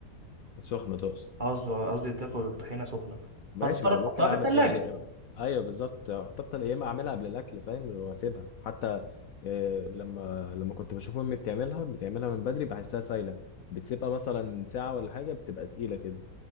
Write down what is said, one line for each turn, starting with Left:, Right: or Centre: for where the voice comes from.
Left: سخنه تقصد
Right: قصدي قصدي تاكل طحينة سخنة
Left: ماشي
Right: فهتضطر
Left: ما انا
Right: تحطها
Left: ممكن اعمل
Right: في التلاجة
Left: يعني ايوه بالظبط حتى يا اما اعملها قبل الاكل فاهم واسيبها حتى إيه لما لما كنت بشوف امي بتعملها بتعملها من بدري بحسها سايله بتسيبها مثلا ساعه ولا حاجه بتبقى تقيله كده